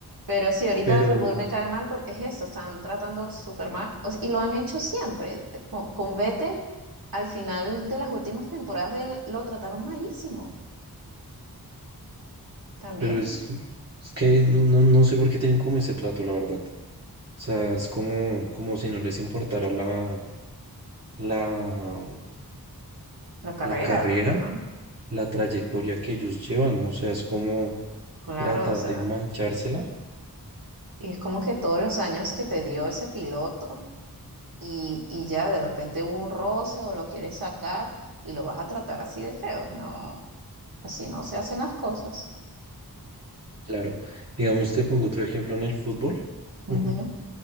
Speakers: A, on the right; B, on the right.
A: Pero sí, ahorita
B: Pero.
A: Red Bull me cae mal porque es eso, están tratando súper mal. o s- y lo han hecho siempre. Con, con Vettel, al final de las últimas temporadas de él, lo trataron malísimo también.
B: Pero es, es que no, no, no sé por qué tienen como ese trato, la verdad. O sea, es como, como si no les importara la, la,
A: La carrera,
B: la carrera,
A: ¿no? Ajá,
B: la trayectoria que ellos llevan. O sea, es como
A: claro,
B: tratar
A: o sea,
B: de manchársela.
A: y es como que todos los años que te dio ese piloto y, y ya de repente hubo un roce o lo quieres sacar y lo vas a tratar así de feo. No, así no se hacen las cosas.
B: Claro, digamos, te pongo otro ejemplo en el fútbol.
A: Ujú.
B: <laughs>